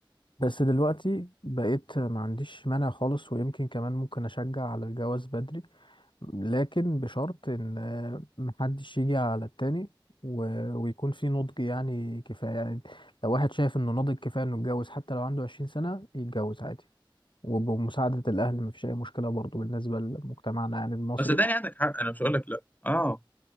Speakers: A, on the left; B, on the left.
A: بس دلوقتي بقيت ما عنديش مانع خالص ويمكن كمان ممكن اشجع على الجواز بدري لكن بشرط ان آه، محدش يجي على التاني و... ويكون في نضج يعني كفاية يعني لو واحد شايف انه ناضج كفاية انه يتجوز حتى لو عنده عشرين سنة يتجوز عادي وبمساعدة الأهل مفيش أي مشكلة برضو بالنسبة لمجتمعنا يعني المصري
B: بس صدقني عندك حق انا مش هقول لك لا اه